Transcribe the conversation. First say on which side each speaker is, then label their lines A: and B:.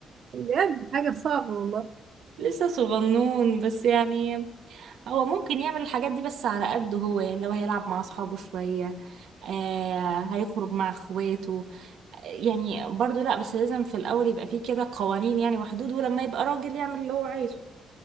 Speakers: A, on the right (about 50°); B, on the right (about 80°).
A: بجد حاجة صعبة والله
B: لسه صغنون بس يعني هو ممكن يعمل الحاجات دي بس على قده هو يعني لو هيلعب مع اصحابه شوية آه هيخرج مع اخواته آه، يعني برضو لا بس لازم في الاول يبقى فيه كده قوانين يعني وحدود ولما يبقى راجل يعمل اللي هو عايزه